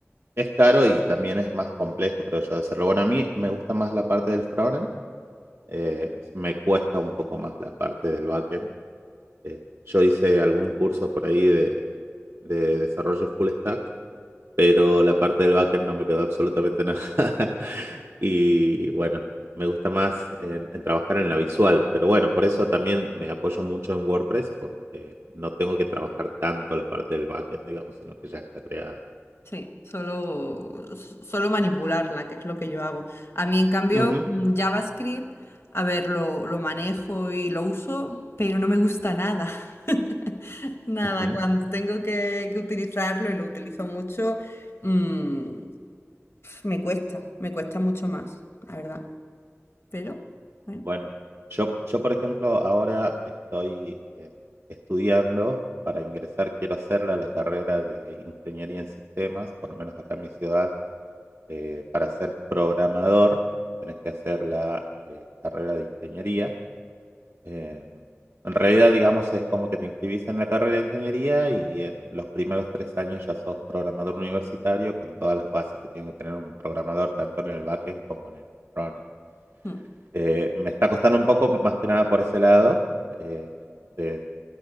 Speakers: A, on the right; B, on the left.
A: es caro y también es más complejo, creo yo, de hacerlo. Bueno, a mí me gusta más la parte del frontend, eh, me cuesta un poco más la parte del backend Eh, yo hice algún curso por ahí de, de desarrollo full stack, pero la parte del backend no me quedó absolutamente nada. <laughs> Y bueno, me gusta más en, en trabajar en la visual, pero bueno, por eso también me apoyo mucho en WordPress porque no tengo que trabajar tanto la parte del backend, digamos, sino que ya está creada.
B: Sí, solo, solo manipularla, que es lo que yo hago. A mí, en cambio,
A: Ujú.
B: mm, JavaScript, a ver, lo, lo manejo y lo uso, pero no me gusta nada. <laughs> Nada,
A: Ujú.
B: cuando tengo que, que utilizarlo y lo utilizo mucho, mm, me cuesta, me cuesta mucho más, la verdad. Pero, bueno.
A: Bueno, yo, yo por ejemplo ahora estoy eh, estudiando para ingresar, quiero hacer la, la carrera de ingeniería en sistemas, por lo menos acá en mi ciudad, eh, para ser programador tenés que hacer la eh, carrera de ingeniería. Eh, en realidad, digamos, es como que te inscribís en la carrera de ingeniería y en los primeros tres años ya sos programador universitario con todas las bases que tiene que tener un programador tanto en el backend como en el frontend.
B: mm.
A: Eh, me está costando un poco más que nada por ese lado, eh, de